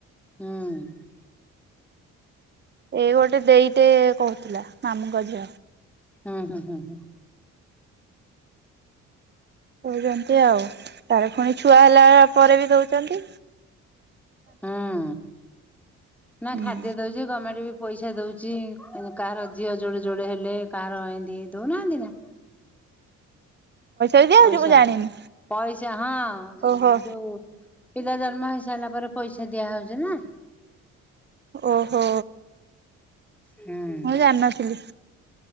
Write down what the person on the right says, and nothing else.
ଏଇ ଗୋଟେ ଦେଇଟେ କହୁଥିଲା, ମାମୁଙ୍କ ଝିଅ।
କହୁଛନ୍ତି ଆଉ, ତାର ପୁଣି ଛୁଆ ହେଲା ପରେ ବି କହୁଛନ୍ତି।
ହୁଁ
ବି ଦିଆହଉଛି
ମୁଁ ଜାଣିନି
ଓହୋ
ଓହୋ।
ମୁଁ ଜାଣିନଥିଲି